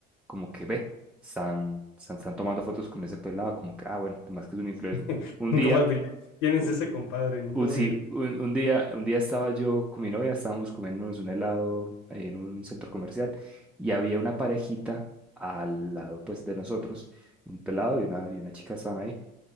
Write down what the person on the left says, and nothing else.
<laughs>
Nunca
falta, que, ¿quién es
ese compadre? No
tengo
ni idea.